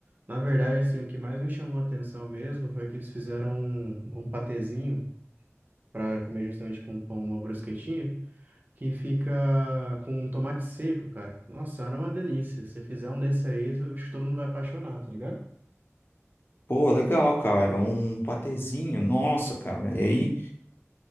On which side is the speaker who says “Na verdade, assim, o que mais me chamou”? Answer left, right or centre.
Right